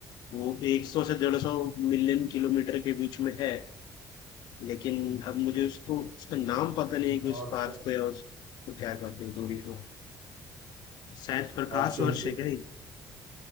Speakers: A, on the left (about 75°); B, on the right (about 60°).
A: वो 100 से 150 मिलियन किलोमीटर के बीच में है लेकिन अब मुझे उसको उसका नाम पता नहीं है कि उस
B: Option
A: पाथ को या उसको क्या कहते हैं दूरी को शायद प्रकाश
B: option
A: वर्ष
B: A
A: है क्या ये?